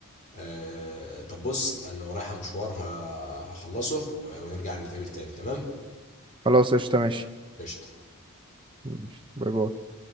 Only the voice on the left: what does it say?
آه، طب بص انا ورايا مشوار ه- هخلصه آه، ونرجع نتقابل تاني تمام
قشطه